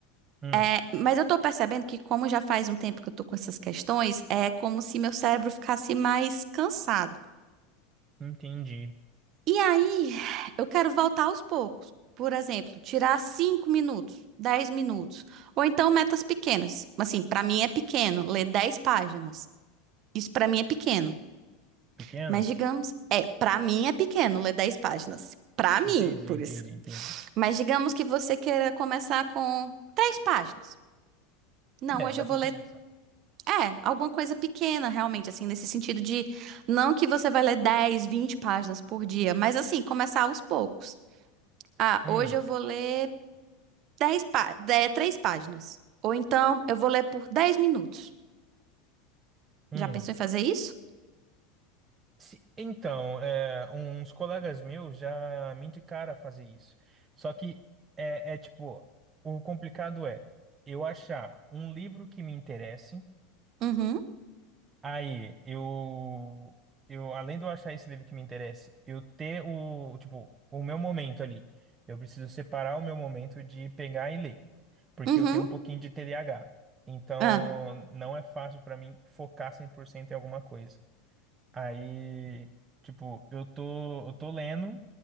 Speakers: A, on the right; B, on the right.
A: hum,
B: É, mas eu tô percebendo que, como já faz um tempo que eu tô com essas questões, é como se meu cérebro ficasse mais cansado.
A: entendi.
B: E aí, eu quero voltar aos poucos. Por exemplo, tirar 5 minutos, 10 minutos. Ou então metas pequenas. Assim, pra mim é pequeno ler 10 páginas. Isso pra mim é pequeno.
A: Pequeno?
B: Mas digamos, é, pra mim é pequeno ler 10 páginas. Pra
A: Entendi,
B: mim, por
A: entendi,
B: isso.
A: entendi.
B: Mas digamos que você queira começar com três páginas. Não,
A: É,
B: hoje
A: dá
B: eu
A: pra
B: vou ler
A: começar.
B: É, alguma coisa pequena, realmente, assim, nesse sentido de não que você vai ler 10, 20 páginas por dia, mas assim, começar aos poucos. Ah,
A: Hum,
B: hoje eu vou ler dez pá é, 3 páginas. Ou então eu vou ler por 10 minutos.
A: hum.
B: Já pensou em fazer isso?
A: Se- então, é, uns colegas meus já me indicaram a fazer isso. Só que é, é tipo, o complicado é eu achar um livro que me interesse
B: Uhum,
A: Aí, eu, eu, além de eu achar esse livro que me interessa, eu ter o, tipo, o meu momento ali. Eu preciso separar o meu momento de pegar e ler, porque
B: uhum.
A: eu tenho um pouquinho de T D A H Então,
B: Ah,
A: não é fácil pra mim focar 100% em alguma coisa. Aí, tipo, eu tô, eu tô lendo